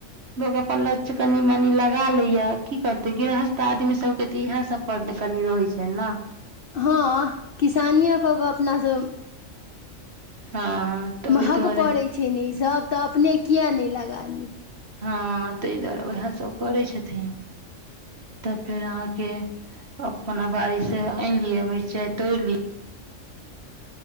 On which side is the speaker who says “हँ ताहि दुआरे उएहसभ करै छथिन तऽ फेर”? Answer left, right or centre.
Right